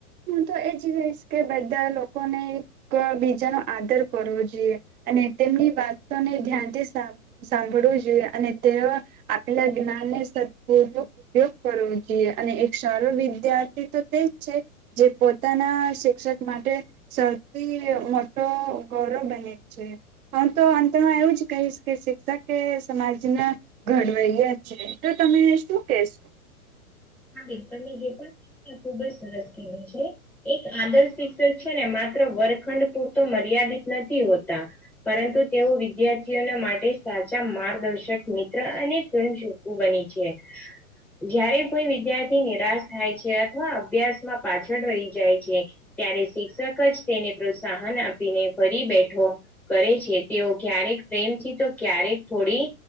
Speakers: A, on the right; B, in the centre.
A: હું તો એ જ રહીશ કે બધા લોકોને એક બીજાનો આદર કરવો જોઈએ. અને તેમની વાતોને ધ્યાનથી સા સાંભળવું જોઈએ અને તેઓ આપેલા જ્ઞાનને સપૂ ઉપયોગ કરવો જોઈએ અને એક સારો વિદ્યાર્થી તો તેજ છે. જે પોતાના શિક્ષક માટે સૌથી મોટો ગૌરવ બને છે. હું તો અંતમાં એવું જ કહીશ કે શિક્ષક કે સમાજના ઘડવેયા છે તો તમે શું કેશો?
B: હા બિલકલ મે તો જે પણ કીધું ખુબ જ સરસ કીધુ છે. એક આદર શિક્ષક છે ને માત્ર વરખંડ પૂરતો મર્યાદિત નથી હોતા. પરંતુ તેઓ વિદ્યાર્થીઓના માટે સાચા માર્ગદર્શક મિત્ર અને <unintelligible> બની છે જયારે કોઈ વિદ્યાર્થી નિરાશ થાય છે અથવા અભ્યાસમાં પાછળ રહી જાય છે. ત્યારે શિક્ષક જ તેને પ્રોત્સાહન આપીને ફરી બેઠો. કરે છે તેઓ ક્યારેક પ્રેમથી તો ક્યારેક થોડી